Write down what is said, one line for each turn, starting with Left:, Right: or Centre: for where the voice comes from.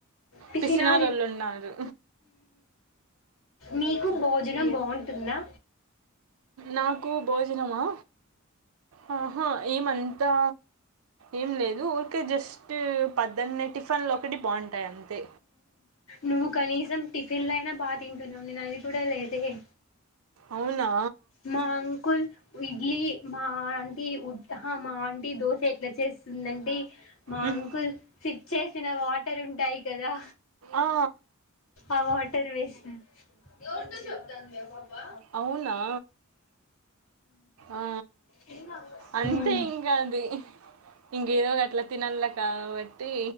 Left: పిసినారి
Right: పిసినారోళ్ళు ఉన్నారు.
Left: మీకు భోజనం బాగుంటుందా
Right: నాకు భోజనమా అ హ ఏమంతా ఏం లేదు ఊరికే జస్ట్ పద్దన్నే టిఫిన్లు ఒకటి బాగుంటాయి అంతే
Left: నువ్వు కానీసం టిఫిన్లు అయినా బాగా తింటున్నాం నేను అది కూడా లేదే
Right: అవునా
Left: మా అంకుల్ ఇడ్లీ మా ఆంటీ అహ మా ఆంటీ దోశ ఎట్ల చేస్తుందంటే మా
Right: ఉమ్,
Left: అంకుల్ సి చేసిన వాటర్ ఉంటాయి కదా
Right: ఆ,
Left: ఆ వా త్తర్ వేసిన ఎవరితో చెప్తుంది అ పాప
Right: అవునా ఆ
Left: మ్
Right: అంతే ఇంకా అది ఇంకేదో గట్లా తినాల కాబట్టి